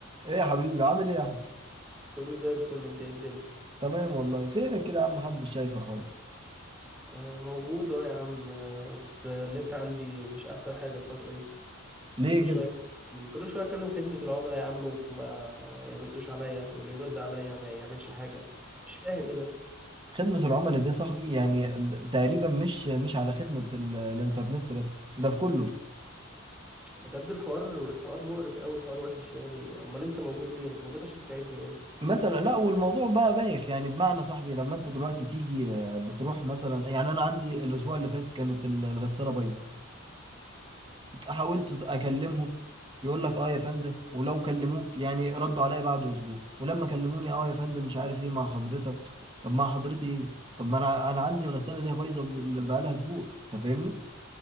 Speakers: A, on the right; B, in the centre.
A: ايه يا حبيبي عامل ايه يا احمد
B: كله زي الفل انت ايه الدنيا
A: تمام والله فينك كده يا عم محدش شايفه خالص
B: آه موجود اه يا عم آه بس النت عندي مش احسن حاجة الفترة دي
A: ليه
B: كل
A: كده
B: شوية كل شوية اكلم خدمة العملاء يا عم وما يردوش عليا واللي يرد عليا ما يعملش حاجة مش فاهم ايه ده
A: خدمة العملاء دي يا صاحبي يعني ب- تقريبا مش مش على خدمة ال- الانترنت بس ده في كله
B: بجد الحوار الحوار مقرف اوي الحوار وحش يعني امال انت موجود ليه ما انت موجود عشان تساعدني يعني
A: مثلا لا والموضوع بقى بايخ يعني بمعنى صاحبي لما انت دلوقتي تيجي آه، بتروح مثلا يعني انا عندي الاسبوع اللي فات كانت ال- الغسالة بايظة حاولت اكلمهم يقول لك اه يا فندم ولو كلموك يعني ردوا عليا بعد اسبوع ولما كلموني اه يا فندم مش عارف ايه مع حضرتك طب مع حضرتي ايه طب ما انا انا عندي الغساله اللي هي بايظه بقالها اسبوع انت فاهمني